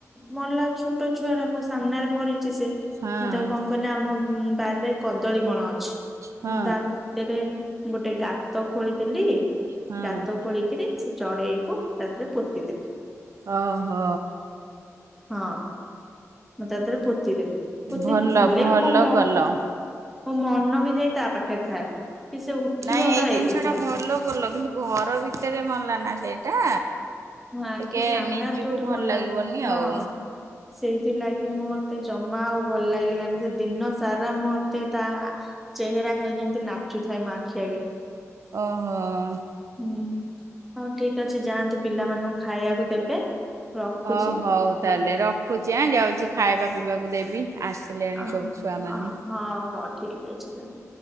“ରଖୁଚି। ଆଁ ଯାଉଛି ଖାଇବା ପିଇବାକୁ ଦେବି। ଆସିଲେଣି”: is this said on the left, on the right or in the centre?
Right